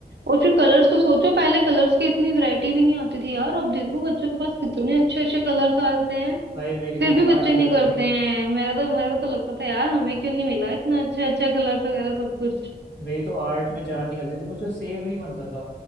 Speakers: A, on the right; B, on the left.
A: और फिर कलर्स तो सोचो पहले कलर्स की इतनी वैरायटी भी नहीं आती थी यार अब देखो बच्चों के पास कितने अच्छे अच्छे कलर्स आते
B: भाई मेरी तो
A: फिर
B: जान
A: भी बच्चे
B: निकलती
A: नहीं करते
B: थी
A: हैं मेरा तो मेरे को तो लगता था यार हमें क्यों नहीं मिला इतना अच्छा अच्छा कलर्स वगैरह सब कुछ
B: मेरी तो आर्ट में जान निकलती थी मुझे सेब नहीं बनता था